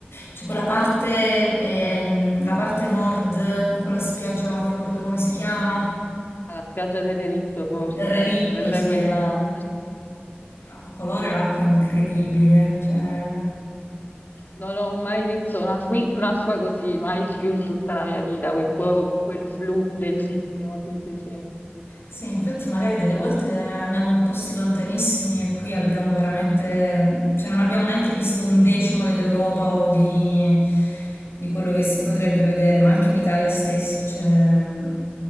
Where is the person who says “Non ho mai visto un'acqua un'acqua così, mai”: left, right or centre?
Left